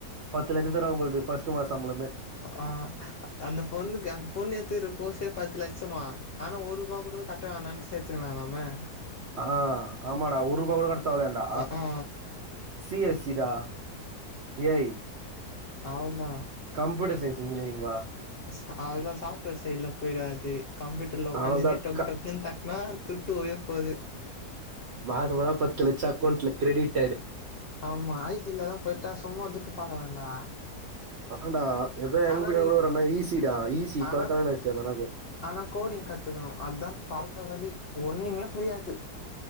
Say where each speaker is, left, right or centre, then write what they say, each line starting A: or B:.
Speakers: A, on the right (about 60°); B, on the left (about 55°).
A: பத்து லச்சோ தர்ராங்க போல இக்குது ஃர்ஸ்டு மாச சம்பலமே
B: ஆ அந்த பொண்ணுக்கு அந்த பொண் எத்த இரு கோர்ஸ்சே பத்து லட்சமா அனா ஒரு ருபா கூட கட்ட வேணான்னு சேத்துக்குன்னானம்மே
A: ஆ ஆமாடா ஒரு ருபா கூட கட்ட தேவ இல்லயான்டா
B: ஆ ஆ
A: சி எஸ் சி டா ஏ ஐ
B: அவ்ளதா
A: கம்ப்யூட்டர் சயின்ஸ் இன்ஜினியரிங் வா
B: ஸ் அவ்ளதா சாஃப்ட்வேர் சைடுலா போயிடாது கம்ப்யூட் த்லோ ஒக்காந்துன்னு
A: அவ்ளோதான்
B: டொக்
A: க
B: டொக்ன்னு தட்னா துட்டு வரையு போது
A: மாசமானா பத்து லச்சோ அக்கவுண்ட்ல கிரேடிடட்
B: ஆமா ஐ டிலலா போயிட்டா சும்மா துட்டு பாக்கலான்டா
A: அஹான்டா எதா எங்க
B: ஆனா
A: <unintelligible> கூட
B: நீ
A: ஒரு அண்ணா ஈசி டா ஈசி இப்பதா
B: ஆனா
A: கல்யாணோ ஆயிச்சு அந்தண்ணாக்கு
B: ஆனா கோடிங் கத்துக்கணு அதா தலவலி ஒண்ணுமே புரியாது